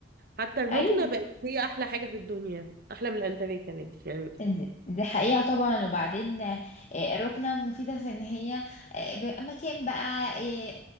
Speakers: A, on the right (about 50°); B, on the left (about 40°).
A: حتى الركنة
B: ايوه
A: بقت هي احلى حاجة في الدنيا احلى من الانتريه كمان يعني
B: دي دي حقيقة طبعا وبعدين آه، الركنة مفيدة في ان هي آه، ب- مكان بقى آه،